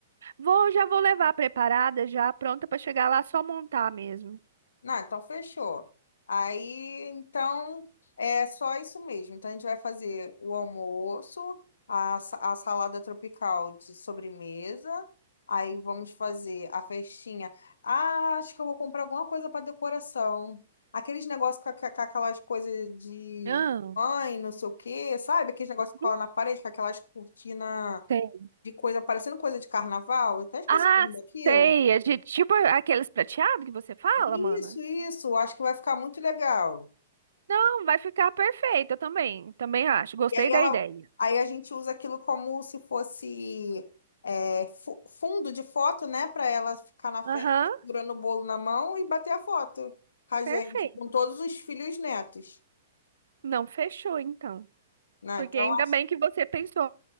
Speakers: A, on the right (about 80°); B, on the left (about 85°).
A: Vou, já vou levar preparada, já pronta para chegar lá, só montar mesmo.
B: Não, então fechou. Aí, então, é só isso mesmo. Então, a gente vai fazer o almoço, a, sa- a salada tropical de sobremesa. Aí, vamos fazer a festinha. Ah, acho que eu vou comprar alguma coisa para decoração. Aqueles negócios com, a- com aquelas coisas de
A: Ah,
B: mãe, não sei o quê, sabe? Aqueles negócios que cola
A: não
B: na parede, com aquelas cortinas
A: sei.
B: de coisa, parecendo coisa de carnaval. Eu até esqueci
A: Ah,
B: o nome daquilo.
A: sei, é de tipo aqueles prateados que você fala,
B: Isso,
A: mana.
B: isso. Acho que vai ficar muito legal.
A: Não, vai ficar perfeito, eu também, também acho. Gostei
B: E aí ela,
A: da ideia.
B: aí a gente usa aquilo como se fosse é, fu- fundo de foto, né? Para ela ficar na frente,
A: Aham,
B: segurando o bolo na mão e bater a foto com a
A: perfeito.
B: gente, com todos os filhos e netos,
A: Não, fechou então.
B: né?
A: Porque
B: Então,
A: ainda
B: a-
A: bem que você pensou,